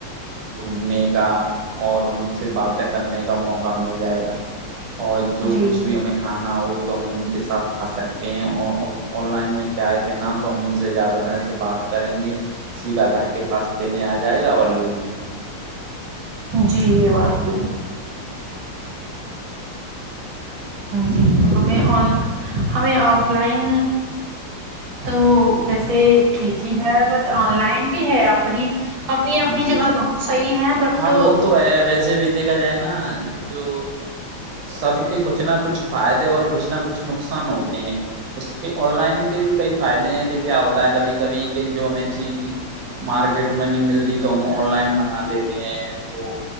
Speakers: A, on the right; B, on the right.
A: گھومنے کا اور ان سے باتیں کرنے کا موقع مل جائے گا اور جو
B: جی
A: کچھ بھی ہمیں کھانا ہو تو ہم ان کے ساتھ کھا سکتے ہیں اور آن لائن میں کیا ہے کہ نہ تو ہم ان سے زیادہ ترح سے بات کریں گے سیدھا کر کے پاس دینے آ جائے گا اور لے لیں گے
B: جی یہ بات ہو ہے جی تو ہمیں ہمیں آف لائن تو ویسے ٹھیک کی ہے بٹ آن لائن بھی ہے اپنی اپنی اپنی
A: ہاں جی
B: جگہ دونوں صحیح ہیں بٹ
A: ہاں وہ تو ویسے بھی دیکھا جائے نا جو سب کے کچھ نہ کچھ فائدے اور کچھ نہ کچھ نقصان ہوتے ہیں اس کے آن لائن کے بھی کئی فائدے ہیں کہ کیا ہوتا ہے کبھی کبھی کہ جو ہمیں چیز مارکیٹ میں نہیں ملتی تو ہم آن لائن منگا لیتے ہیں تو